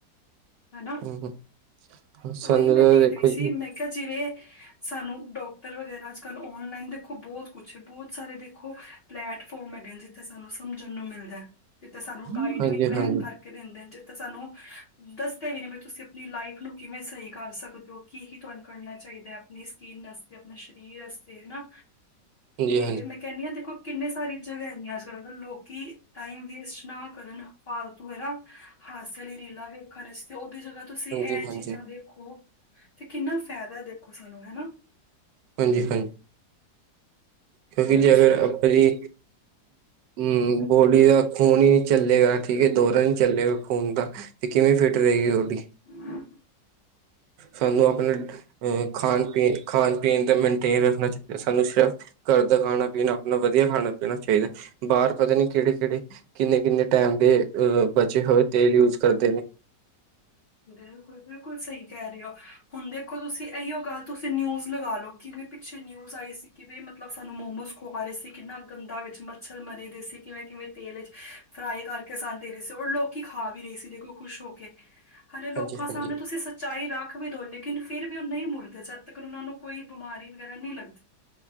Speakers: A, on the left; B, on the right.
A: ਹੈਨਾ।
B: ਹੂੰ ਸਾਨੂੰ
A: ਉਹੀ ਮੈਂ
B: ਤਾਂ
A: ਦੇਖ
B: ਦੇਖੋ
A: ਰਹੀ ਸੀ,
B: ਜੀ
A: ਮੈਂ ਕਿਹਾ ਜਿਵੇਂ ਸਾਨੂੰ ਡਾਕਟਰ ਵਗੈਰਾ ਅੱਜ-ਕੱਲ੍ਹ ਔਨਲਾਈਨ ਦੇਖੋ ਬਹੁਤ ਕੁਛ, ਬਹੁਤ ਸਾਰੇ ਦੇਖੋ ਪਲੈਟਫੋਮ ਹੈਗੇ ਜਿੱਥੇ ਸਾਨੂੰ ਸਮਝਣ ਨੂੰ ਮਿਲਦਾ। ਜਿੱਥੇ ਸਾਨੂੰ ਡਾਈਟ
B: ਹਾਂਜੀ-ਹਾਂਜੀ-ਹਾਂਜੀ।
A: ਵੀ ਪਲੈਨ ਕਰਕੇ ਦਿੰਦੇ ਨੇ, ਜਿੱਥੇ ਸਾਨੂੰ ਦੱਸਦੇ ਵੀ ਨੇ ਵੀ ਤੁਸੀਂ ਆਪਣੀ ਲਾਈਫ ਨੂੰ ਕਿਵੇੈਂ ਸਹੀ ਕਰ ਸਕਦੇ ਹੋ, ਕੀ ਕੀ ਤੁਹਾਨੂੰ ਕਰਨਾ ਚਾਹੀਦਾ ਆਪਣੀ ਸਕਿੰਨ ਵਾਸਤੇ ਆਪਣੇ ਸਰੀਰ ਵਾਸਤੇ ਹੈ ਨਾ।
B: ਹਾਂਜੀ-ਹਾਂਜੀ,
A: ਤੇ ਮੈਂ ਕਹਿੰਨੀ ਹਾਂ ਦੇਖੋ ਕਿੰਨੀ ਸਾਰੀ ਜਗ੍ਹਾ ਹੇਗੀਆਂ ਅੱਜ ਕੱਲ੍ਹ ਲੋਕੀ ਟਾਈਮ ਵੇਸਟ ਨਾ ਕਰਨ ਫਾਲਤੂ ਹੈ ਨਾ, ਹਾਸੇ ਆਲੀ ਰੀਲਾ ਵੇਖਣ ਤੇ ਉਹਦੀ ਜਗ੍ਹਾ ਤੁਸੀਂ
B: ਹਾਂਜੀ-ਹਾਂਜੀ,
A: ਇਹ ਚੀਜ਼ਾਂ
B: ਹਾਂਜੀ-ਹਾਂਜੀ,
A: ਦੇਖੋ ਤੇ ਕਿੰਨਾ ਫਾਇਦਾ ਦੇਖੋ ਸਾਨੂੰ ਹੈਨਾ।
B: ਹਾਂਜੀ-ਹਾਂਜੀ, ਕਿਉਂਕਿ
A: ਹਾਂਜੀ
B: ਜੇ ਅਗਰ ਆਪਾਂ ਜੀ ਹਮ ਬੋਡੀ ਦਾ ਖੂਨ ਹੀ ਨੀ ਚੱਲੇਗਾ ਠੀਕ ਹੈ, ਦੋਹਰਾ ਨੀ ਚੱਲੇਗਾ <unintelligible> ਦਾ ਤੇ ਕਿਵੇਂ ਫਿਟ ਰਹੇਗੀ ਤੁਆਡੀ?
A: <inaudible>
B: ਸਾਨੂੰ ਆਪਣਾ ਅਹ ਖਾਣ ਪੀਣ, ਖਾਣ ਪੀਣ ਦਾ ਮੇਨਟੇਨ ਰੱਖਣਾ ਚਾਹੀਦਾ ਸਾਨੂੰ ਸਫ ਘਰ ਦਾ ਖਾਣਾ ਪੀਣਾ ਆਪਣਾ ਵਧੀਆ ਖਾਣਾ ਪੀਣਾ ਚਾਹੀਦਾ, ਬਾਰ ਪਤਾ ਨੀ ਕਿਹੜੇ ਕਿਹੜੇ ਕਿੰਨੇ-ਕਿੰਨੇ ਟਾਈਮ ਦੇ ਅ ਬਚੇ ਹੋਏ ਤੇਲ ਯੂਜ ਕਰਦੇ ਨੇ।
A: ਬਿਲਕੁਲ, ਬਿਲਕੁਲ ਸਹੀ ਕਹਿ ਰਹੇ ਹੋ ਹੁਣ ਦੇਖੋ ਤੁਸੀਂ ਇਹੀਓ ਗੱਲ ਤੁਸੀਂ ਨਿਊਜ਼ ਲਗਾ ਲਓ ਕਿਵੇਂ ਪਿੱਛੇ ਨਿਊਜ਼ ਆਈ ਸੀ ਕਿਵੇਂ ਮਤ ਮਤਲਬ ਸਾਨੂੰ ਮੋਮੋਸ ਖਵਾ ਰਹੇ ਸੀ, ਕਿੰਨਾ ਗੰਦਾ ਵਿੱਚ ਮੱਛਰ ਮਰੇ ਦੇ ਸੀ ਕਿਵੇਂ-ਕਿਵੇਂ ਤੇਲ ਚ ਫਰਾਈ ਕਰਕੇ ਸਾਨੂੰ ਦੇ ਰਹੇ ਸੀ ਔਰ ਲੋਕੀ ਖਾ ਵੀ ਰਹੇ ਸੀ ਦੇਖੋ ਖੁਸ਼ ਹੋ ਕੇ। ਹਾਲੇ ਲੋਕਾਂ
B: ਹਾਂਜੀ
A: ਸਾਹਮਣੇ
B: ਹਾਂਜੀ
A: ਤੁਸੀਂ ਸ ਚਾਈ ਰੱਖ ਵੀ ਦਿਓ ਲੇਕਿਨ ਫਿਰ ਵੀ ਉਹ ਨਹੀਂ ਮੁੜਦੇ ਜਦ ਤੱਕ ਓਨਾਂ ਨੂੰ ਕੋਈ ਬਿਮਾਰੀ ਵਗੈਰਾ ਨਹੀਂ ਲੱਗਦੀ।